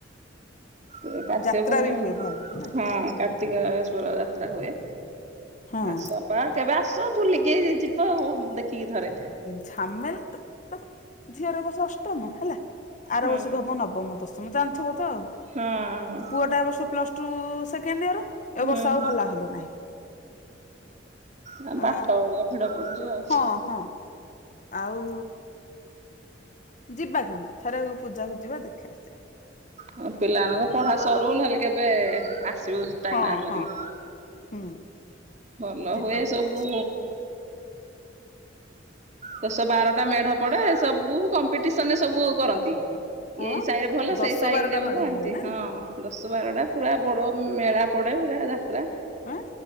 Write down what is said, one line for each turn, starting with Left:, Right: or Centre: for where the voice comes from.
Right: ସେ କାର୍ତ୍ତିକ
Left: ଯାତ୍ରା
Right: ପୂର୍ଣ୍ଣିମା
Left: ବି ହୁଏ ଭଲ ନା।
Right: ହଁ। କାର୍ତ୍ତିକେଶ୍ଵର ଯାତ୍ରା ହୁଏ
Left: ହଁ
Right: ଆସ। ପା କେବେ ଆସ ବୁଲିକି ଯି ଯିବ ଅ ଦେଖିକି ଥରେ।
Left: ଝାମେଲା ତ ଦେଖୁନୁ ଝିଅର ଏ ବର୍ଷ ଅଷ୍ଟମ ହେଲା ଆର
Right: ହଁ
Left: ବର୍ଷକୁ ହବ ନବମ ଦଶମ ଜାଣିଥିବ ତ ଆଉ
Right: ହଁ
Left: ପୁଅ ଟା ଏ ବର୍ଷ ପ୍ଲସ ଟୁ ସେକେଣ୍ଡ ଇୟର। ଏ
Right: ହଁ
Left: ବର୍ଷ ଆଉ ହଲା ହଲି ନାହିଁ
Right: ନା
Left: ଅ
Right: ପାଠ ଭିଡ ପଡୁଛି ଆଉ।
Left: ହଁ ହଁ ଆଉ ଯିବା ପୁଣି ଥରେ ପୂଜାକୁ ଯିବା ଦେଖି ଆସିବା।
Right: ହଁ ପିଲାମାନଙ୍କ ପଢା ସରୁୁ ନହେଲେ କେବେ ଆସିବୁ ଟାଇମ
Left: ହଁ-ହଁ
Right: ବାହାର କରିକି।
Left: ହୁଁ।
Right: ଭଲ
Left: ଯିବା
Right: ହୁଏ
Left: ବୁଲି
Right: ସବୁ।
Left: ଆସିବା
Right: ଦଶ ବାରଟା ମେଢ ପଡେ ସବୁ କମ୍ପିଟିସନ୍ ରେ ସବୁ କରନ୍ତି।
Left: ହଁ
Right: ଏଇ ସାହିରେ ଭଲ
Left: ଦଶ
Right: ସେଇ ସାହିରେ
Left: ବାରଟା
Right: ଭଲ
Left: ମେଢ
Right: ଏନ୍ତି
Left: ହୁଏ ନା
Right: ହଁ। ଦଶ ବାରଟା ପୁରା ବଡ ମେଳା ପଡେ ପୁରା। ଯାତ୍ରା
Left: ହଁ